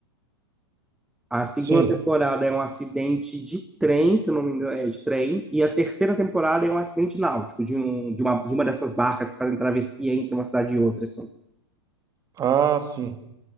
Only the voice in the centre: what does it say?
a segunda
temporada é um acidente de trem, se eu não me engano, é de trem, e a terceira temporada é um acidente náutico, de, um, de, uma, de uma dessas barcas que fazem travessia entre uma cidade e outra, assim.